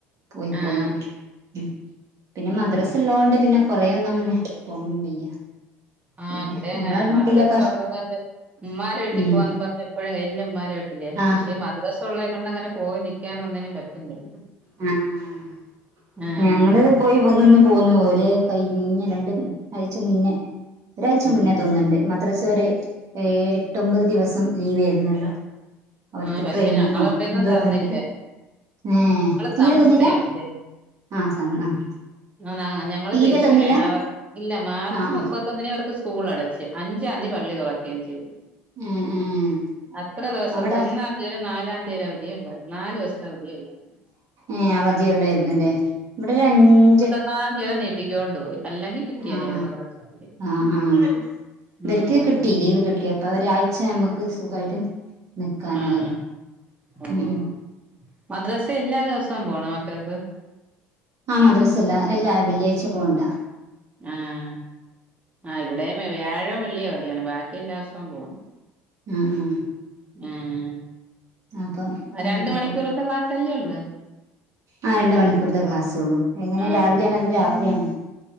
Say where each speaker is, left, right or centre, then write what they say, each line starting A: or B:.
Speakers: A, on the right (about 50°); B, on the right (about 20°).
A: പോയി
B: ആഹ്
A: പോന്നു ഉം പിന്ന മദ്രസെള്ളതോണ്ട്
B: ഓ
A: പിന്ന കൊറേ ഒന്നു അങ്ങനെ പോവാൻ വയ്യ
B: ആഹ്
A: പിന്നെ
B: ഇവ്ടെ
A: നമ്മളെ
B: അങ്ങനെ
A: വീട്ടിലൊക്കെ
B: മദ്രസ ഉള്ളതോണ്ട് ഉമ്മാരെ വീട്ടിപ്പോ
A: ഉം
B: വാന്ന് പറഞ്ഞെപ്പഴും എന്റെ ഉമ്മാരെ വീട്ടില്
A: ആഹ്
B: പക്ഷെ മദ് മദ്രസ ഒള്ളെ കൊണ്ടങ്ങനെ പോയി നിക്കാനും ഒന്നിനും പറ്റുന്നില്ല
A: അ ആഹ്
B: ആഹ്
A: ഞങ്ങള് പോയി വന്ന്ങ്ങ് പോന്നു ഒര് കയ്ഞ്ഞ രണ്ട് ആയ്ച മുന്നേ ഒരാഴ്ച
B: ഉം
A: മുന്നേ തോന്ന്ണ്ട് മദ്രസ ഒര് ഏഴ്‌ എട്ടൊമ്പത് ദിവസം ലീവെര്ന്നല്ലോ ഓർക്ക്
B: ആ പക്ഷെ
A: ട്രെയ്നിങ്ങോ
B: ഞങ്ങളവിടെയൊന്നും
A: എന്തോ
B: തന്നില്ല
A: പറഞ്ഞട്ട് ഏഹ് തീരെ
B: സമസ്തയാണല്ലേ
A: തന്നില്ല ആഹ് സ ആഹ്
B: ആന്ന ഞങ്ങള്
A: തീരെ
B: ദക്ഷിണയാണവർ
A: തന്നില്ല
B: ഇല്ല മാർച്ച്
A: ആഹ്
B: മുപ്പ മുപ്പത്തൊന്നിന് ഇവർക്ക് സ്കൂളടച്ച് അഞ്ചാന്തി പള്ളി തൊറക്കേം ചെയ്ത്
A: ഏഹ് ഏഹ്
B: അത്ര ദിവസത്
A: അവിടെ
B: ഒന്നാന്തി നാലാന്തിയരെ അവധിയേ ഒള്ളാര്ന്ന് നാല് ദെവസ്ത അവധിയേ ഒള്ളാര്
A: ഏഹ് അവധി ഒള്ളെര്ന്ന്ല്ലേ ഇവടെ ഒരഞ്ചട്ട്
B: പത്താന്തി വരെ നീട്ടിക്കോണ്ടു പോയി അല്ലെങ്കിൽ കിട്ടിയേനായിരുന്നു
A: ആഹ്
B: കുറച്ചെങ്കിലും
A: ആഹ് ആഹ് ആഹ് ഇവര്ക്ക്
B: ഉം
A: കിട്ടി ലീവ് കിട്ടിയോ അപ്പ ഒരാഴ്ച നമ്മക്ക് സുഖായിട്ട് നിക്കാനായി
B: ആഹ് ഓഹോ
A: ഉം ഉം
B: മദ്രസ എല്ലാ ദവസവും പോണോ മക്കക്ക്
A: ആഹ് മദ്രസല്ല എല്ലാ വെള്ളിയാഴ്ച പോണ്ടാ
B: ആഹ് ആ ഇവ്ടേം വ്യായോം വെള്ളി അവധിയാണ് ബാക്കി എല്ലാസോം പോണം
A: ആഹ് ആഹ്
B: ഊം
A: അപ്പം അങ്ങനെ
B: രണ്ട് മണിക്കൂറത്തെ
A: പോണ്
B: ക്ലാസ്സല്ലേ ഒള്ള്
A: ആഹ് രണ്ട് മണിക്കൂർത്തെ ക്ലാസ്സെ ഒള്ളു എങ്ങനെ
B: ആഹ്
A: രാവിലെ ആണോ അതൊ രാത്രി ആണോ